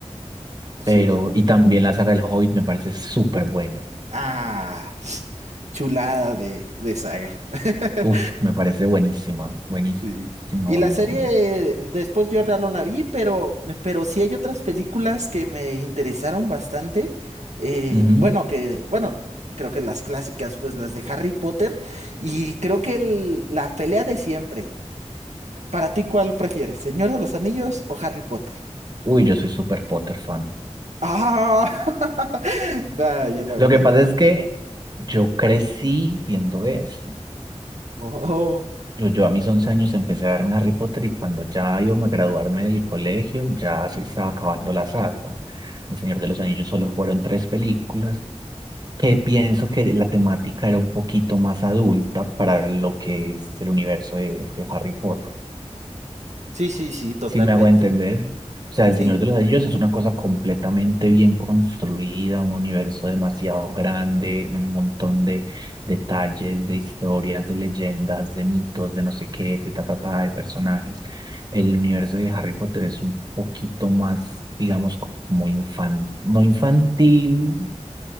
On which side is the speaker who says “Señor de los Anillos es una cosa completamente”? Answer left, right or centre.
Right